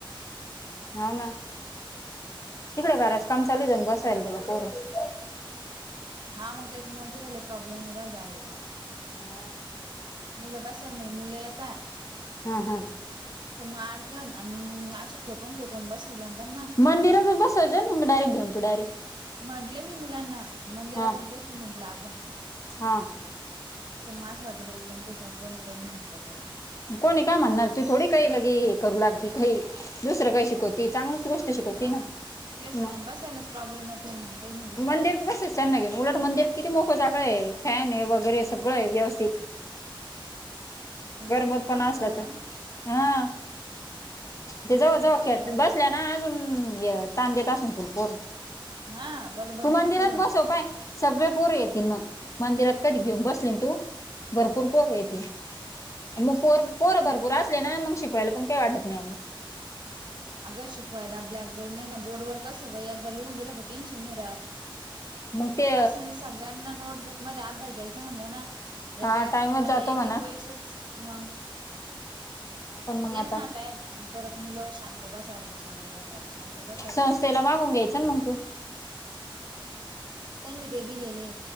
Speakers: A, on the left; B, on the right.
A: हाव ना तिकडे घराचं काम चालू जाऊन बसायल तिकडं पोरं
B: हा मग त्याच्यामुळेच झाले प्रॉब्लेम वग जायचं
A: हा
B: मुलं बसायला म्हणजे मुलं येता
A: हा, हा
B: पण मग अडचण आणि मग असे खेटून, खेटून बसवलं आणि त्यांना
A: मंदिरातच बसायचं मग डायरेक्ट घेऊन तु डायरेक्ट
B: म्हंटले मी मुलांना मंदिरातच
A: हा
B: बसू म्हटलं आपण
A: हा
B: तर म असं वाटलं कमकत कोणी काही म्हटलं तर
A: कोणी काय म्हणणार तू थोडी काही लगे करू लागली काही दुसरं काही शिकवते चांगलच गोष्ट शिकवती
B: हा
A: ना
B: तेच
A: मग
B: ना बसायलाच प्रॉब्लेम येतोय मग काही नाही दुसरं
A: मंदिरात बसायचं त्यांना घेऊन उलट मंदिर किती मोकळं जागा आहे फॅन आहे वगैरे सगळं आहे व्यवस्थित
B: आणि दूर
A: गरमत
B: दूर
A: पण
B: बसवला
A: असल
B: ना
A: तर हा ते
B: दूर
A: जवळ,
B: दूर
A: जवळ
B: बसवला
A: खेट बसल्या ना अजून तान देत असून पोरं
B: हा बडबड
A: तू
B: नुसती
A: मंदिरात
B: बडबड
A: बसव पाय सगळे पोरं येतील मग मंदिरात कधी घेऊन बसलीन तू भरपूर पोरं येतील मग पोरं भरपूर असले ना मग शिकवायला पण काही वाटत नाही अगं
B: अगं शिकवायला ब्लॅकबोर्ड नाही ना बोर्डवर कसं एकदा लिहून दिलं का टेन्शन नाही राहत
A: मग ते
B: पर्सनली सगळ्या त्यांना नोटबुक मध्ये अभ्यास द्यायचा म्हणलं ना
A: हा
B: एका एका
A: टाइमच
B: मुलाला
A: जातो म्हणा
B: एक, एक वेळेसच म
A: आपण मग
B: यांना
A: आता
B: टाइम आणि परत मुलं शांत बसा रे, शांत बसा रे शांत बसा रे
A: संस्थेला मागून घ्यायचं ना मग तू
B: त्यांनी ते दिलेले